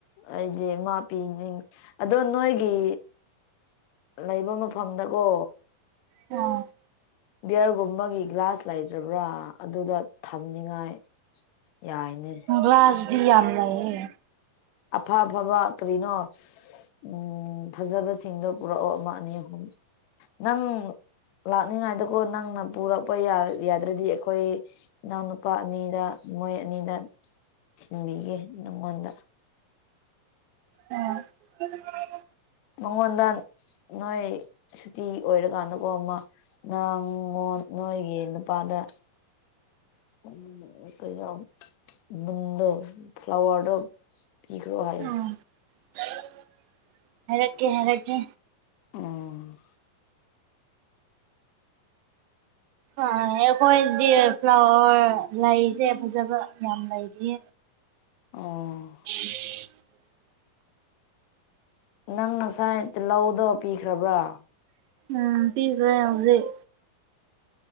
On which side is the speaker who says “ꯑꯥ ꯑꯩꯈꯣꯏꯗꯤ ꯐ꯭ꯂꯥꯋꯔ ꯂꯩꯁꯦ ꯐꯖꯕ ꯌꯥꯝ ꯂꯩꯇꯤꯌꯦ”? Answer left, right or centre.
Right